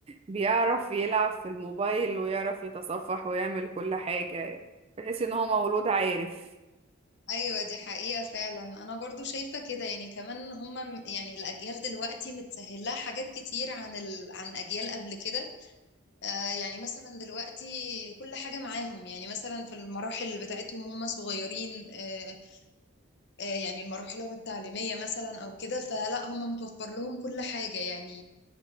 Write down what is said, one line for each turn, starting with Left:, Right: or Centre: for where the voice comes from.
Right: بيعرف يلعب في الموبايل ويعرف يتصفح ويعمل كل حاجة يعني، بحيث ان هو مولود عارف
Left: ايوه دي حقيقة فعلا انا برضو شايفة كده يعني كمان هم يعني الاجيال دلوقتي متسهلها حاجات كتير عن ال... عن اجيال قبل كده آه يعني مثلا دلوقتي كل حاجة معاهم يعني مثلا في المراحل بتاعتهم هم صغيرين آه آه يعني المراحلهم التعليمية مثلا او كده فلا هم متوفر لهم كل حاجة يعني